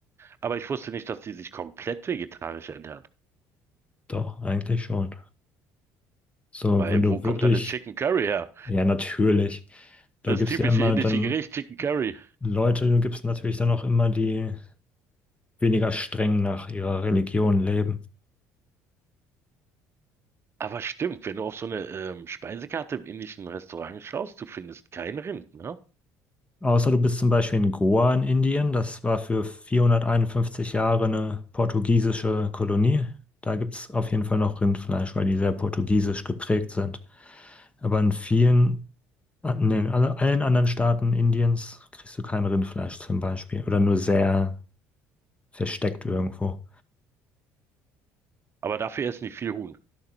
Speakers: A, on the right; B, on the left.
A: Aber ich wusste nicht, dass die sich komplett vegetarisch ernähren.
B: doch, eigentlich schon. So,
A: Weil
B: wenn du
A: wo kommt
B: wirklich,
A: dann das Chicken Curry her?
B: ja, natürlich, da
A: Das
B: gibt
A: typische
B: es ja immer
A: indische
B: dann
A: Gericht, Chicken Curry.
B: Leute, da gibt es natürlich dann auch immer die weniger streng nach ihrer Religion leben.
A: Aber stimmt, wenn du auf so eine ähm, Speisekarte im indischen Restaurant schaust, du findest kein Rind, ne?
B: Außer du bist zum Beispiel in Goa in Indien, das war für 451 Jahre eine portugiesische Kolonie. Da gibt es auf jeden Fall noch Rindfleisch, weil die sehr portugiesisch geprägt sind. Aber in vielen, an- nee, in den, alle- allen anderen Staaten Indiens kriegst du kein Rindfleisch zum Beispiel oder nur sehr versteckt irgendwo.
A: Aber dafür essen die viel Huhn.